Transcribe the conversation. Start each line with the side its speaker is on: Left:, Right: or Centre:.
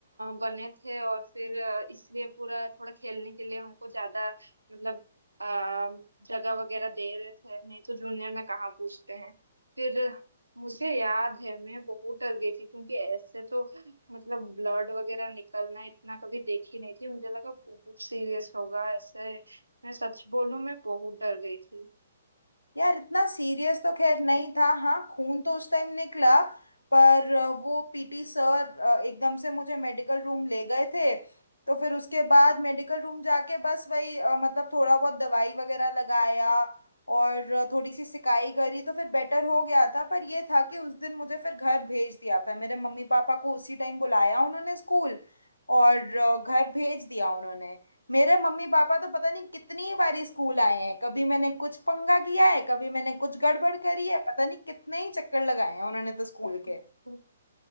Right: बने थे और फिर अ, इसलिए पूरा थोड़ा खेलने के लिए हमको ज्यादा मतलब अ, जगह वगैरह दे रहे थे नहीं तो जूनियर में कहाँ पूछते हैं फिर मुझे याद है मैं बहुत डर गई थी क्योंकि ऐसे तो मतलब ब्लड वगैरह निकलना इतना कभी देखी नहीं थी मुझे लगा बहुत सीरियस होगा ऐसे मैं सच बोलूं मैं बहुत डर गई थी
Left: यार इतना सीरियस तो खैर नहीं था हाँ खून तो उस टाइम निकला पर अ, वो पीटी सर अ, एकदम से मुझे मेडिकल रूम ले गए थे तो फिर उसके बाद मेडिकल रूम जाके बस वही अ, मतलब थोड़ा बहुत दवाई वगैरह लगाया और अ, थोड़ी सी सिकाई करी तो फिर बेटर हो गया था पर ये था कि उस दिन मुझे फिर घर भेज दिया था मेरे मम्मी पापा को उसी टाइम बुलाया उन्होंने स्कूल और अ, घर भेज दिया उन्होंने मेरे मम्मी पापा तो पता नहीं कितनी बारी स्कूल आए हैं कभी मैंने कुछ पंगा किया है कभी मैंने कुछ गड़बड़ करी है पता नहीं कितने ही चक्कर लगाए हैं उन्होंने तो स्कूल
Right: <laughs>
Left: के